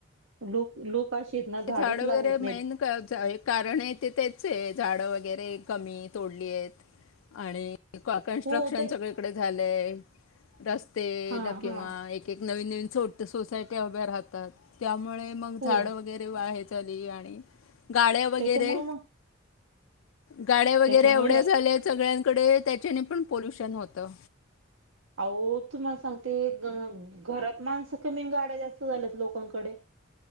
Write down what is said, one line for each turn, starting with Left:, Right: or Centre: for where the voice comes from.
Right: लोक लोक अशी आहेत ना झाडच
Left: झाडं
Right: लावत
Left: वगैरे
Right: नाहीत
Left: मेन कारण आहे ते त्याच आहे झाड वगैरे वगैरे कमी तोडली आहेत आणि कन्स्ट्रक्शन
Right: हो ते
Left: सगळीकडे झालंय रस्ते
Right: हा
Left: ल किंवा
Right: हा
Left: एक एक नवीन नवीन छोट सोसायटी अभ्या राहतात त्या मुळे मग
Right: हो
Left: झाड वगैरे वाहाय आली आणि गाड्या वगैरे
Right: त्याच्यामुळे मग
Left: गाड्या वगैरे
Right: त्याच्यामुळे
Left: एवढ्या
Right: ह्या
Left: झाल्या आहेत सगळ्यांकडे त्याच्याने पण पोलोल्युशन होतं
Right: अह तुम्हाला सांगते घरात माणसं कमी गाड्या जास्त झाल्यात लोकांकडे